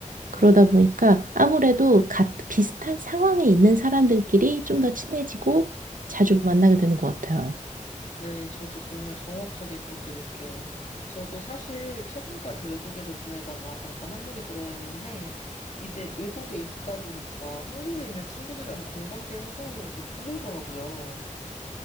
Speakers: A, on the right; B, on the left.
A: 그러다
B: 음.
A: 보니까 아무래도 같, 비슷한 상황에 있는 사람들끼리 좀 더 친해지고 자주 만나게 되는 것 같아요.
B: 네, 저도 정말 정확하게 그렇게 느껴요. 저도 사실 최근까지 외국에서 지내다가 잠깐 한국에 들어와 있는데, 이제 외국에 있다 보니까 한국에 있는 친구들이랑 공감대 형성하기가 그렇게 힘들더라고요.